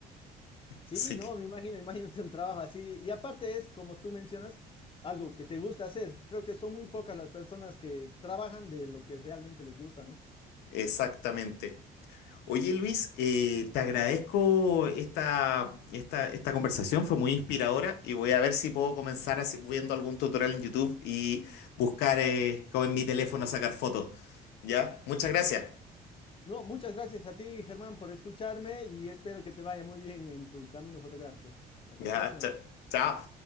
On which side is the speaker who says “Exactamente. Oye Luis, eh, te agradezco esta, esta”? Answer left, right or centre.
Left